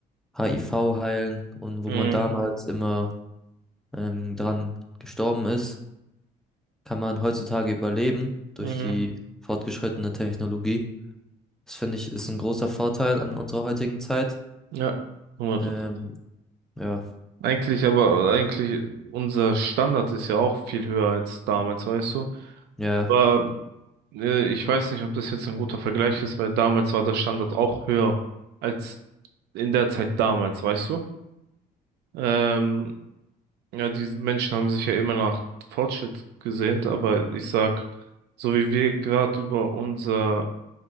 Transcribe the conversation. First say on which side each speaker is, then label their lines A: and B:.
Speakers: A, in the centre; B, on the right.
A: HIV heilen und wo
B: Mhm.
A: man damals immer ähm, dran gestorben ist, kann man heutzutage überleben durch
B: Mhm.
A: die fortgeschrittene Technologie. Das finde ich ist ein großer Vorteil an unserer heutigen Zeit.
B: Ja, 100%.
A: Ähm, ja,
B: Eigentlich, aber eigentlich, unser Standard ist ja auch viel höher als damals, weißt du?
A: ja,
B: Aber äh, ich weiß nicht, ob das jetzt ein guter Vergleich ist, weil damals war der Standard auch höher als in der Zeit damals, weißt du? Ähm, ja, die Menschen haben sich ja immer nach Fortschritt gesehnt, aber ich sag, so wie wir gerade über unser